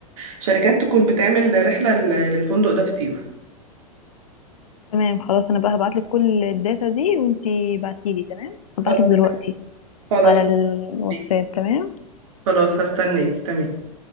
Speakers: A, on the right (about 55°); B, on the left (about 65°).
A: الشركات تكون بتعمل رحلة لل- للفندق ده في سيوة
B: تمام خلاص انا بقى هبعتلك كل الداتا دي وانتي بعتيلي تمام هبعتلك
A: خلاص
B: دلوقتي
A: خلاص
B: على الواتساب
A: هستناكي.
B: تمام
A: خلاص هستناكي تمام